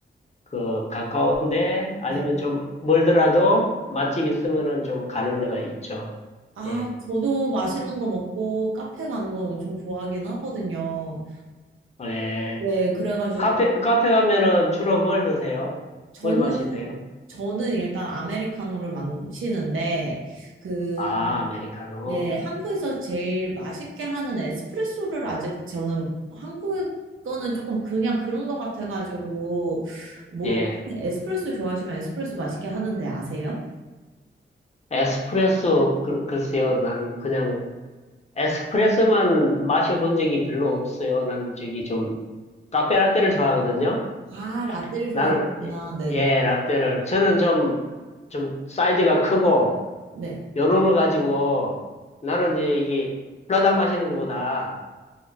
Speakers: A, on the left (about 35°); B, on the right (about 85°).
A: 그 가까운데 아니면
B: 네.
A: 좀 멀더라도 맛집 있으면은 좀 가는 데가 있죠.
B: 아,
A: 예.
B: 저도 맛있는 거 먹고 카페 가는 거 엄청 좋아하긴 하거든요.
A: 어, 예.
B: 네, 그래가지고
A: 카페 카페 가면은 주로 뭘 드세요?
B: 저는,
A: 뭘 마시세요?
B: 저는 일단 아메리카노를 마시는데, 그,
A: 아, 아메리카노.
B: 네, 한국에서 제일 맛있게 하는 에스프레소를 아직 저는 한국 거는 조금 그냥 그런 거 같아가지고, 뭐
A: 예.
B: 혹시 에스프레소 좋아하시면 에스프레소 맛있게 하는데 아세요?
A: 에스프레소 글, 글쎄요. 난 그냥 에스프레소만 마셔본 적이 별로 없어요. 난 저기 좀 카페 라떼를 좋아하거든요.
B: 아, 라떼를 좋아하시구나.
A: 나는 예,
B: 네네.
A: 예, 라떼를 저는 좀 좀 사이즈가 크고
B: 네.
A: 요놈을 가지고 나는 이제 이게 불라당 마시는 것보다